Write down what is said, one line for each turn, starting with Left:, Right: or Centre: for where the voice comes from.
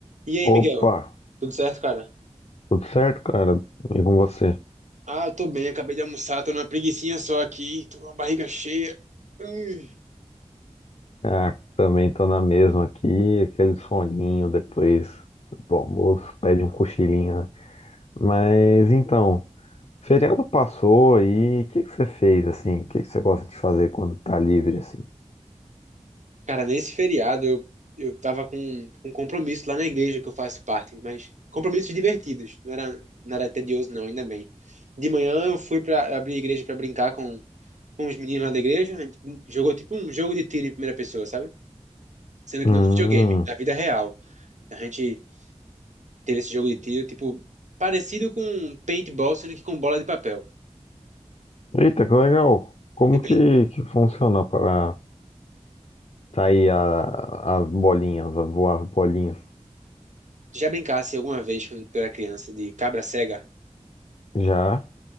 Right: E aí, Miguel?
Left: Opa,
Right: Tudo certo, cara?
Left: tudo certo, cara? E com você?
Right: Ah, eu tô bem, acabei de almoçar, tô numa preguicinha só aqui, tô com a barriga cheia. Hum.
Left: Ah, também tô na mesma aqui, aquele soninho depois do almoço, pede um cochilinho, né? Mas então, feriado passou aí, o que que você fez assim? O que que você gosta de fazer quando tá livre assim?
Right: Cara, nesse feriado eu, eu tava com um compromisso lá na igreja que eu faço parte, mas compromissos divertidos, não era, não era tedioso não, ainda bem. De manhã eu fui pra abrir a igreja pra brincar com, com os meninos lá da igreja, a gente jogou tipo um jogo de tiro em primeira pessoa, sabe? Sendo que
Left: Hum,
Right: não no videogame, na vida real. A gente teve esse jogo de tiro, tipo, parecido com paintball, sendo que com bola de papel.
Left: eita, que legal! Como
Right: Foi bem,
Left: que, que funciona para sair a- as bolinhas, a voar as bolinhas?
Right: Já brincasse alguma vez quando tu era criança de cabra cega?
Left: Já?